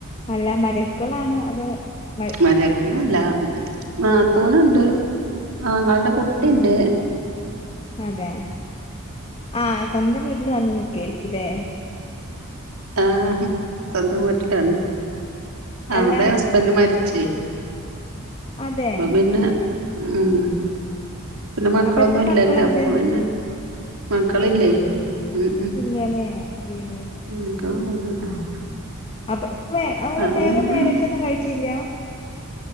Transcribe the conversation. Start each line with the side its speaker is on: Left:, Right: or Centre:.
Left: അല്ല മരക്കളാണ് അത് മ
Right: മരക്കളല്ല നാത്തൂന്ണ്ട് ആങ്ങൾൻ്റെ കുട്ടിണ്ട്.
Left: അതെ ആഹ് സ്വന്തം വീട്ടിൽ വന്ന് നിക്കായിരിക്കും ലേ
Right: ആഹ് സ്വന്തം വീട്ടിലാണ്
Left: അല്ല
Right: അവടെ ഹസ്ബൻ്റ് മരിച്ചേ
Left: അതെ
Right: അപ്പൊ പിന്നെ ഉം പിന്നെ മക്കളൊന്നു
Left: അപ്പൊ എത്ര
Right: ഇല്ലല്ലോ
Left: മക്കളുണ്ട്
Right: അപ്പൊ പിന്നെ മക്കളില്ലേ ഉം
Left: ഇല്ലനേ അയ്യോ
Right: ഉം <unintelligible>
Left: അപ്പൊ വേ അപ്പൊ
Right: അത്
Left: വേറെ
Right: പിന്നെ
Left: മേരേജ് ഒന്നും കഴിച്ചില്ല